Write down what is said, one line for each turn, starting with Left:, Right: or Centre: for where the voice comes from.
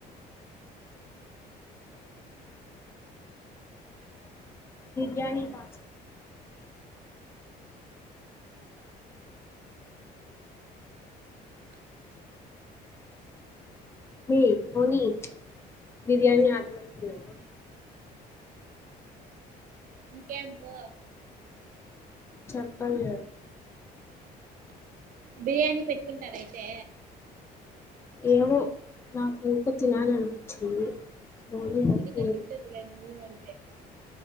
Left: బిరియాని <inaudible> మీ పొని బిర్యానీ ఆర్డర్ పెట్టుకుందామా
Right: కేంపు
Left: చెప్పనులే
Right: బిర్యానీ పెట్టుకుంటార అయితే
Left: ఏమో నాకు ఎంకో తినాలనిపించింది ఓని
Right: మౌనికా
Left: ఓకే అంటే
Right: తింటదిలె నువ్ ఉ.. అంటే